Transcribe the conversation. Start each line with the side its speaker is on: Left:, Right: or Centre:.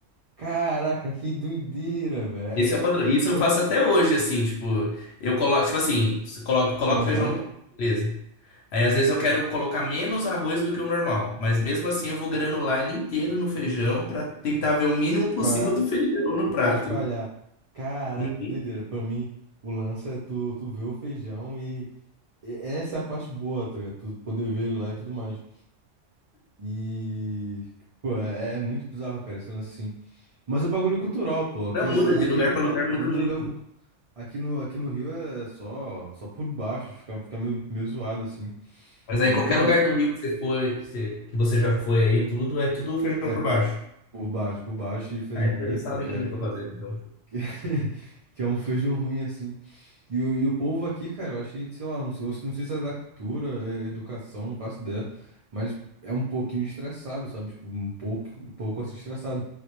Right: Caraca, que doideira, velho.
Left: Esse é o padrão.
Right: É, é- que,
Left: Isso
Right: que...
Left: eu
Right: ba-
Left: faço até hoje, assim, tipo, eu coloco, tipo assim, você coloca, coloca
Right: Aham.
Left: o feijão no prato, beleza. Aí às vezes eu quero colocar menos arroz do que o normal, mas mesmo assim eu vou granular ele inteiro no feijão pra tentar ver o mínimo possível
Right: Pra,
Left: do feijão no prato.
Right: pra espalhar. Caraca,
Left: Uhum.
Right: que doideira. Pra mim, o lance é tu, tu ver o feijão e... e Essa é a parte boa, tá ligado? Tu poder ver ele lá e tudo mais. E... Pô, é, é muito bizarro, cara, esse lance assim. Mas é bagulho cultural, pô. Aqui,
Left: Não muda,
Right: aqui
Left: de lugar
Right: onde eu
Left: pra
Right: moro,
Left: lugar
Right: muda
Left: muda muito.
Right: lugar... bu- Aqui no, aqui no Rio é só, só por baixo, fica, fica meio, meio zoado, assim.
Left: Mas aí
Right: E
Left: qualquer
Right: tem um
Left: lugar
Right: lance...
Left: do Rio que você foi, que você que você já foi aí, tudo, é tudo feijão
Right: É
Left: por baixo.
Right: por baixo, por baixo e feijão
Left: Ah, então
Right: preto,
Left: eles sabem
Right: porque...
Left: o
Right: é
Left: que eles estão fazendo, então.
Right: <laughs> que é um feijão ruim assim. E, o e o povo aqui, cara, eu achei, sei lá, não sei, eu não sei se é da cultura, é educação, não faço ideia, mas é um pouquinho estressado, sabe? Tipo, um pouco, um pouco assim estressado.